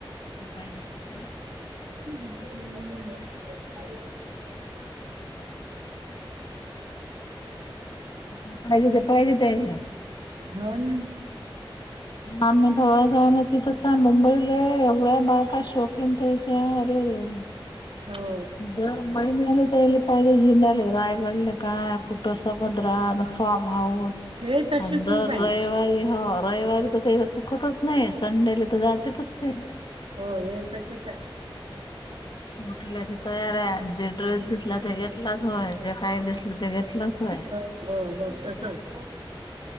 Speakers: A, on the left; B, on the right.
A: जे पाहिजे ते पाहिजे
B: <inaudible> ऊहू.
A: जे पाहिजे ते पाहिजे तेयले.
B: हो ना
A: आम्ही भवा जाऊ नती तस मुंबईला एवढ्या बायका शोकीन त्याच्या अरे रेरे.
B: हो
A: दर माही मेलेत. पहिले पाहिले जिम्याल रायगडले काय कुठ समुद्रा फार्म हाऊस.
B: हे तशीच
A: अंदर
B: उभ
A: <unintelligible>
B: आहे
A: रविवार तर ते चुकतच नाही संडेले तर जातेतच ते.
B: हो हे तशेच आहे.
A: उठल्या की तयार आहे जे ड्रेस दिसला ते घेतलाच होय जे काही दिसलं ते घेतलंच होय.
B: हो बस तसच